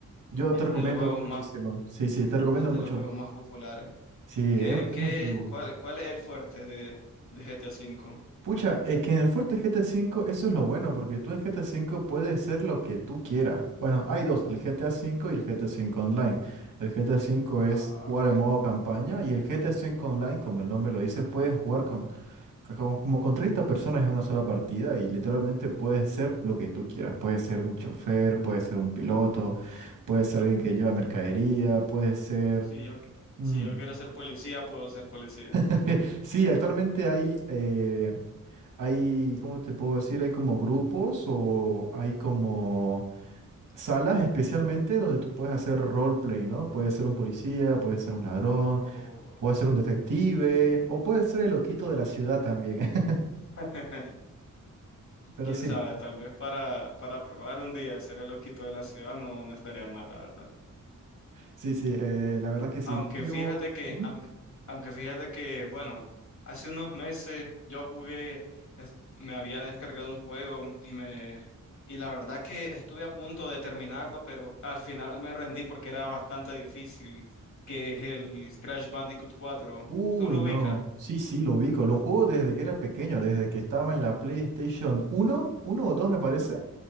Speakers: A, on the right (about 75°); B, on the left (about 65°).
A: Yo
B: Es
A: te recomiendo
B: de los juegos
A: muchísimo.
B: más,
A: Sí, sí, te recomiendo
B: es de
A: mucho.
B: los juegos más populares.
A: Sí,
B: ¿Qué,
A: es, es
B: qué,
A: antiguo.
B: cuál, cuál es el fuerte de, de GTA V?
A: Pucha, es que en el fuerte GTA V eso es lo bueno, porque tú en GTA V puedes ser lo que tú quieras. Bueno, hay dos, el GTA V y el GTA V Online. El GTA V es
B: Ah,
A: jugar
B: ok.
A: en modo campaña y el GTA V Online, como el nombre lo dice, puedes jugar con, con- como con 30 personas en una sola partida y literalmente puedes ser lo que tú quieras. Puedes ser un chofer, puedes ser un piloto, puedes ser alguien que lleva mercadería, puedes ser...
B: Si yo,
A: mm,
B: si yo quiero ser policía, puedo ser policía.
A: <laughs> Sí, actualmente hay, eh, hay, ¿cómo te puedo decir? Hay como grupos o hay como salas especialmente donde tú puedes hacer roleplay, ¿no? Puedes ser un policía, puedes ser un ladrón,
B: Oh.
A: puedes ser un detective o puedes ser el loquito de la ciudad también. <laughs>
B: <laughs>
A: Pero
B: Quién
A: sí,
B: sabe, tal vez para, para probar un día ser el loquito de la ciudad no, no estaría mal, la verdad.
A: sí, sí, eh, la verdad que sí.
B: Aunque
A: Yo llevo...
B: fíjate que,
A: Ujú.
B: aunque, aunque fíjate que, bueno, hace unos meses yo jugué, es- me había descargado un juego y me, y la verdad que estuve a punto de terminarlo, pero al final me rendí porque era bastante difícil, que es el Crash Bandicoot cuatro
A: Uy,
B: ¿Tú lo
A: no.
B: ubicas?
A: Sí, sí, lo ubico. Lo juego desde que era pequeño, desde que estaba en la PlayStation uno, uno o 2 me parece,